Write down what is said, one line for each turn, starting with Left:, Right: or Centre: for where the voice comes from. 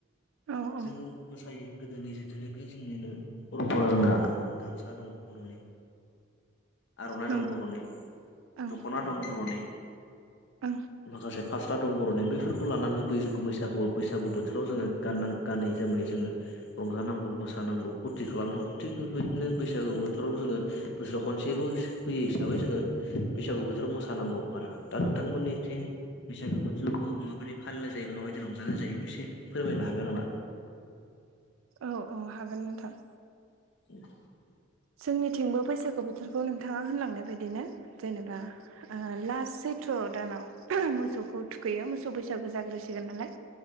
Right: औ औ
Left: जोङो मोसायो। गोदोनि जिथुनाखि जोंनिनो परमपरा जोंहा गामसा दं बर'नि। आर'नाइ
Right: नंगौ
Left: दं बर'नि,
Right: ओं
Left: दख'ना दं बर'नि।
Right: ओं
Left: माखासे फास्रा दं बर'नि। बैफोरखौ लानानै बैगु- बैसागु बैसागु बो बोथोराव जोङो गाननां गानै जोमै जोङो रंजानांगौ मोसानांगौ फुरथि खालामनांगौ। थिग बेफोरबायदि नो बैसागु बोथोराव जोङो बोसोराव खनसेल' फैयो हिसाबै जोङो बैसागु बोथोराव मोसानांगौ। आरो दा नोंथांमोननिथिं बैसागो बोथोरखौ माबायदि फालिनाय जायो बा माबायदि रंजानाय जायो एसे फोरमायनो हागोन नामा?
Right: औ औ हागोन नोंथां।
Left: <inaudible>
Right: जोंनिथिंबो बैसागु बोथोरखौ नोंथाङा होनलांनाय बायदिनो जेनेबा ओ लास सै थ्र' दानाव मोसौखौ थुखैयो, मोसौ बैसागो जाग्रोसिगोन नालाय।